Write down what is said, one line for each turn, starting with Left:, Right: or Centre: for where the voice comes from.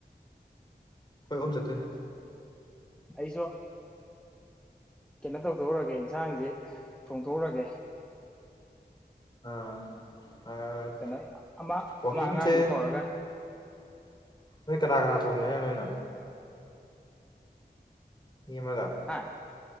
Left: ꯑꯈꯣꯏ ꯑꯍꯝ ꯆꯠꯇꯣꯏꯅꯦ
Centre: ꯑꯩꯁꯨ ꯀꯩꯅꯣ ꯇꯧꯊꯣꯛꯎꯔꯒꯦ ꯌꯦꯟꯁꯥꯡꯁꯤ ꯊꯣꯡꯗꯣꯛꯎꯔꯒꯦ
Left: ꯑꯥ ꯑꯥ
Centre: ꯀꯩꯅꯣ ꯑꯃ
Left: ꯋꯥꯛꯀꯤꯡꯁꯦ
Centre: ꯑꯃ ꯑꯉꯥꯡꯗꯨ ꯀꯧꯔꯒ
Left: ꯅꯣꯏ ꯀꯅꯥ ꯀꯅꯥ ꯊꯣꯉꯤꯁꯦ <unintelligible> ꯃꯤ ꯑꯃꯒꯥ
Centre: ꯍꯥ